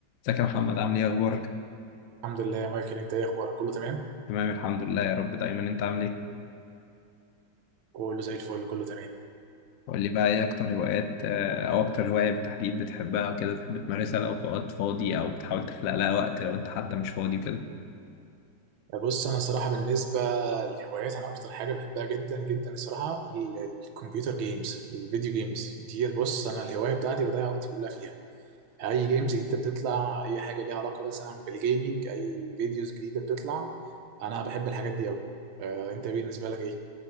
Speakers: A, on the left; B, on the right.
A: ازيك يا محمد عامل ايه اخبارك
B: الحمد لله يا مايكل انت ايه اخبارك كله تمام
A: تمام الحمد لله يا رب دايما انت عامل ايه
B: كله زي الفل كله تمام
A: قول لي بقى ايه اكتر هوايات آه، او اكتر هواية بالتحديد بتحبها وكده تحب تمارسها لو في وقت فاضي او بتحاول تخلق لها وقت لو انت حتى مش فاضي وكده
B: آه، بص انا الصراحه بالنسبه للهوايات انا اكتر حاجه بحبها جدا جدا الصراحه ال- الكمبيوتر جيمز الفيديو جيمز دي بص انا الهوايه بتاعتي بضيع وقتي كلها فيها اي جيمز جديده بتطلع اي حاجه ليها علاقه مثلا بالجيمنج اي فيديوز جديده بتطلع انا بحب الحاجات دي قوي آه انت بالنسبه لك ايه